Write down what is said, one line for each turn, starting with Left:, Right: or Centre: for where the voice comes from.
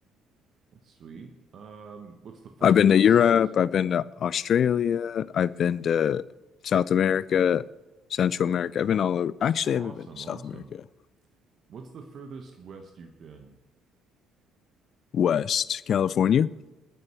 Right: That's sweet. Um, what's the farthest?
Left: I've been to Europe. I've been to Australia. I've been to South America, Central
Right: Okay.
Left: America. I've been all over. Actually,
Right: Awesome,
Left: I haven't been to South
Right: awesome.
Left: America.
Right: What's the furthest west you've been?
Left: West California.